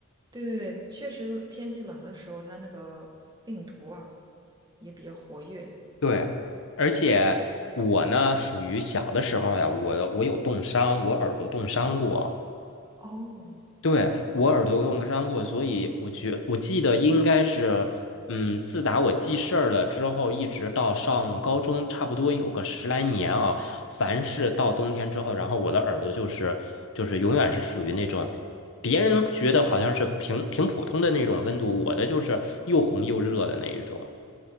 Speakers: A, on the right; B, on the left.
A: 对对对，确实天气冷的时候，它那个病毒啊也比较活跃。
B: 对，而且我呢，
A: 对，
B: 属于小的时候呀，我我有冻伤，我耳朵冻伤过。
A: 哦，
B: 对，我耳朵冻伤过，所以我觉我记得应该是，嗯，自打我记事儿了之后，一直到上高中，差不多有个十来年啊。凡是到冬天之后，然后我的耳朵就是就是永远是属于那种，别人觉得好像是平挺普通的那种温度，我的就是又红又热的那一种。